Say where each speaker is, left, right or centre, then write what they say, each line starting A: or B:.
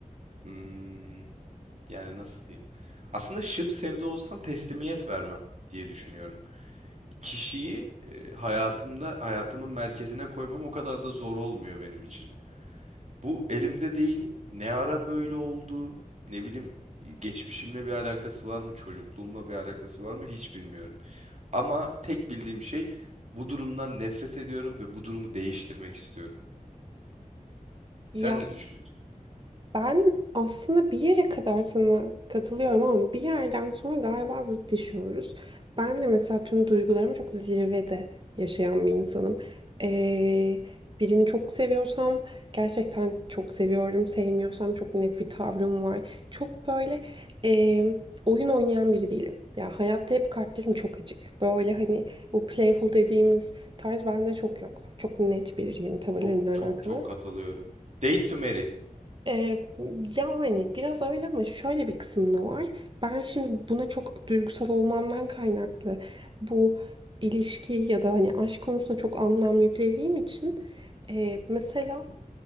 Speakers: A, on the right; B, on the right.
A: hmm, Yani nasıl diyeyim? Aslında şıp sevde olsam teslimiyet vermem diye düşünüyorum. Kişiyi e, hayatımda hayatımın merkezine koymam o kadar da zor olmuyor benim için. Bu elimde değil. Ne ara böyle oldu? Ne bileyim geçmişimle bir alakası var mı? Çocukluğumla bir alakası var mı? Hiç bilmiyorum. Ama tek bildiğim şey bu durumdan nefret ediyorum ve bu durumu değiştirmek istiyorum. Sen
B: Ya.
A: ne düşünüyorsun?
B: Ben aslında bir yere kadar sana katılıyorum ama bir yerden sonra galiba zıtlaşıyoruz. Ben de mesela tüm duygularımı çok zirvede yaşayan bir insanım. Ee, birini çok seviyorsam gerçekten çok seviyorum. Sevmiyorsam çok net bir tavrım var. Çok böyle ee, oyun oynayan biri değilim. Ya hayatta hep kartlarım çok açık. Böyle hani bu playful dediğimiz tarz bende çok yok. Çok net biriyim tavırlarımla
A: Çok çok
B: alakalı.
A: çok katılıyorum. Date to marry.
B: Ee, yani biraz öyle ama şöyle bir kısım da var. Ben şimdi buna çok duygusal olmamdan kaynaklı bu ilişki ya da hani aşk konusunda çok anlam yüklediğim için e, mesela